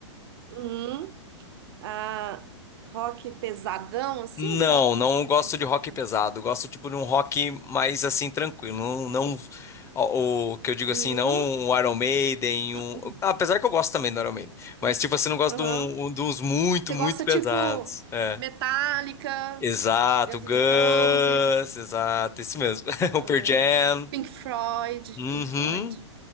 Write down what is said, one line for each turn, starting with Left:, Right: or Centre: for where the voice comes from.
Right: uhum. Ah, rock pesadão, assim?
Left: Não,
Right: Pop,
Left: não
Right: esse,
Left: gosto
Right: esse,
Left: de rock
Right: hum,
Left: pesado. Gosto tipo de um rock mais assim tranquilo. Não, não- o o que eu digo
Right: uhum,
Left: assim, não um Iron Maiden,
Right: hum,
Left: um, apesar que eu gosto também do Iron Maiden, mas
Right: hum,
Left: tipo assim, não gosto
Right: aham.
Left: de, um, um, de uns muito,
Right: Você
Left: muito
Right: gosta,
Left: pesados.
Right: tipo,
Left: É.
Right: Metallica,
Left: Exato,
Right: Guns
Left: Guns,
Right: N' Roses,
Left: exato, isso mesmo. <laughs> O
Right: ahn,
Left: Pearl Jam.
Right: Pink Floyd,
Left: Uhum.
Right: Pink Floyd,